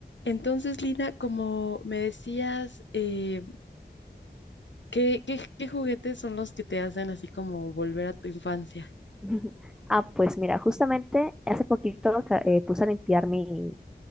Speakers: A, on the left; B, in the centre.
A: Entonces, Lina, como me decías, eh, ¿qué, qué- qué juguetes son los que te hacen así como volver a tu infancia?
B: <laughs> Ah, pues mira, justamente hace poquito ca- eh, puse a limpiar mi,